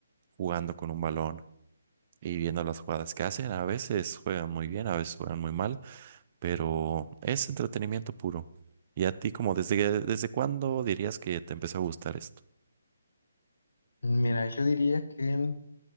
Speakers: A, on the right; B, on the left.
A: jugando con un balón y viendo las jugadas que hacen. A veces juegan muy bien, a veces juegan muy mal, pero es entretenimiento puro. ¿Y a ti, como desde, que- desde cuándo dirías que te empezó a gustar esto?
B: Mira, yo diría que